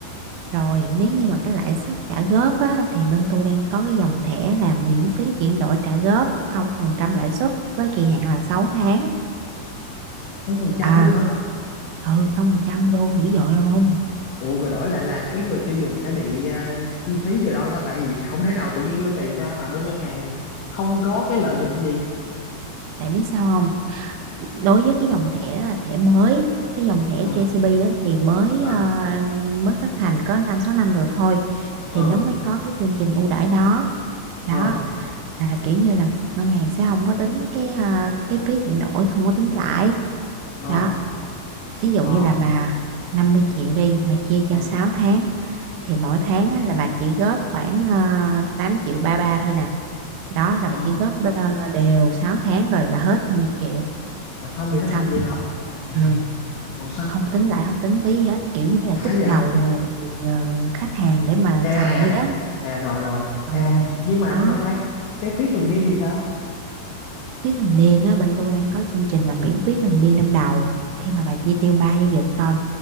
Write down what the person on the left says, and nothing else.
không phần trăm
luôn hả
Ủa rồi đổi lại là cái người tiêu dùng sẽ bị à, chi phí vào đâu ta tại vì không thể nào tự nhiên đưa tiền ra mà bên ngân hàng không có cái lợi nhuận gì
ờ
ờ
ờ
ờ
ờ
ờ
ờ
ờ
là xong
rồi đó hả
vậy là à
ủa sao
đã
vậy à
à
à rồi rồi
à nhưng mà
nhưng mà khoan cái phí thường niên thì sao
Ồ,